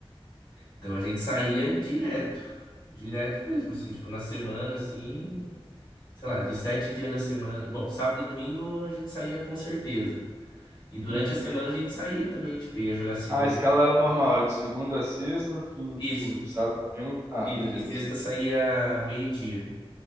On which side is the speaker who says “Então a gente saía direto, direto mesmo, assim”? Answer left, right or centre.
Left